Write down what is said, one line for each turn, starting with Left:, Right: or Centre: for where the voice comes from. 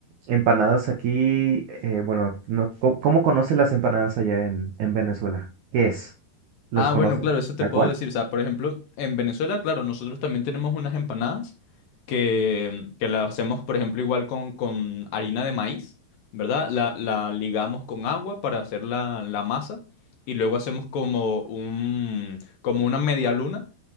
Right: Empanadas aquí, eh, bueno, no, ¿cómo, cómo conocen las empanadas allá en, en Venezuela? ¿Qué es? ¿Los
Left: Ah,
Right: conocen
Left: bueno, claro, eso te
Right: tal
Left: puedo
Right: cual?
Left: decir. O sea, por ejemplo, en Venezuela, claro, nosotros también tenemos unas empanadas que, que las hacemos, por ejemplo, igual con, con harina de maíz, ¿verdad? La, la ligamos con agua para hacer la, la masa y luego hacemos como un, como una media luna